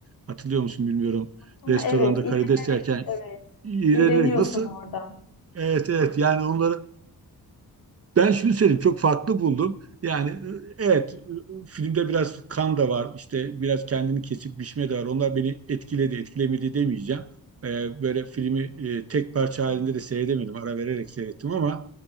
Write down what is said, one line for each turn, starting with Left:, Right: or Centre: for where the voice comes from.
Right: Hatırlıyor musun bilmiyorum.
Left: Hı,
Right: Restoranda
Left: Evet, iğrenerek,
Right: karides yerken
Left: evet.
Right: iğrenerek
Left: İğreniyorsun
Right: nasıl?
Left: orada.
Right: Evet evet yani onları ben şunu söyleyeyim çok farklı buldum. Yani e, evet e, filmde biraz kan da var işte biraz kendini kesip biçme de var. Onlar beni etkiledi etkilemedi demeyeceğim. E, böyle filmi e, tek parça halinde de seyredemedim. Ara vererek seyrettim ama